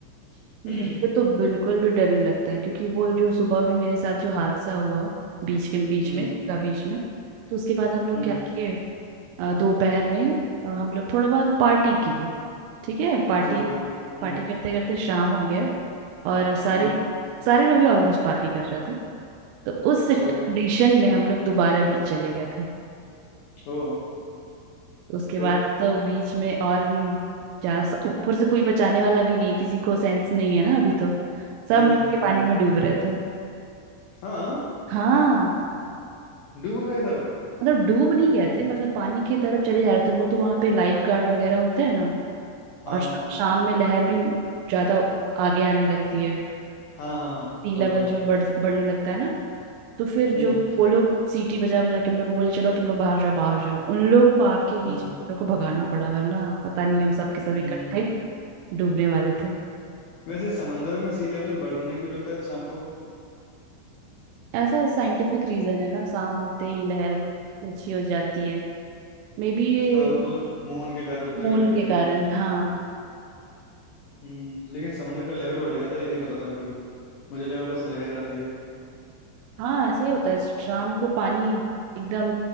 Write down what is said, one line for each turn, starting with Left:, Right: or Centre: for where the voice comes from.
Left: से
Right: मुझे
Left: <clears throat>
Right: तो बिल्कुल भी डर नहीं लगता है क्योंकि वो जो सुबह में मेरे साथ जो हादसा हुआ बीच के बीच
Left: हम्म
Right: में का बीच में तो उसके बाद हम लोग
Left: हम्म
Right: क्या किए अ, दोपहर में अ, हम लोग थोड़ा बहुत पार्टी किए ठीक है पार्टी
Left: ओके हम्म
Right: पार्टी करते करते शाम हो गया और सारे
Left: हम्म
Right: लोग सारे लोग ही ऑलमोस्ट पार्टी कर रहे थे तो उस कंडीशन
Left: ओके
Right: में हम लोग दोबारा बीच चले गए थे
Left: ओ
Right: तो उसके
Left: फिर
Right: बाद तो बीच में और भी ज्यादा स- ऊपर से कोई बचाने वाला भी नहीं है, किसी को सेंस नहीं है ना अभी तो सब
Left: हम्म
Right: मिल
Left: हम्म
Right: के पानी
Left: हम्म
Right: में डूब रहे थे
Left: हाँ
Right: हाँ
Left: डूब गए सब
Right: मतलब डूब नहीं गए थे मतलब पानी की तरफ चले जा रहे थे वो तो वहां पे लाइफ गार्ड वगैरह होते हैं ना
Left: हाँ
Right: और श- शाम में लहर भी ज्यादा आगे आने लगती है
Left: हाँ हाँ हाँ
Right: सी लेवल
Left: और क्या
Right: जो बढ़ बढ़ने लगता है ना तो फिर
Left: हम्म
Right: जो वो लोग सीटी बजा बजा के हम लोग को बोले चलो तुम लोग बाहर जाओ बाहर जाओ उन लोग को आग के बीच
Left: हम्म
Right: हम लोग को भगाना पड़ा वरना पता नहीं हम सब के सब
Left: हम्म
Right: इकट्ठे डूबने वाले थे
Left: वैसे समंदर में सी लेवल बढ़ने क्यों लगता है शाम को
Right: ऐसा साइंटिफिक रीजन है ना शाम होते ही लहर ऊंची हो जाती है मे बी ये
Left: हाँ वो तो मून के कारण होता
Right: खून
Left: है ग्रेविटी
Right: के
Left: के
Right: कारण
Left: कारण
Right: हाँ
Left: हम्म लेकिन समंदर का लेवल बढ़ गया था ये नहीं पता था मेरे को मुझे लगा बस लहर आती है
Right: हाँ ऐसा ही होता है शाम को पानी एकदम